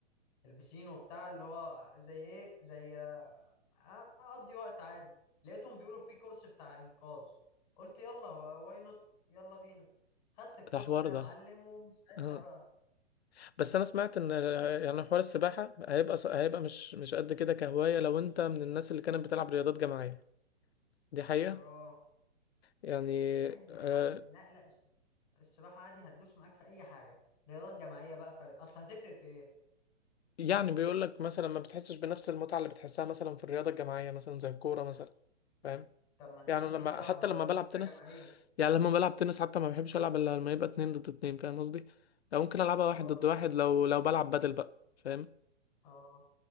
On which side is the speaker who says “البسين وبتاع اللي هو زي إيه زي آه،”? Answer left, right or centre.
Left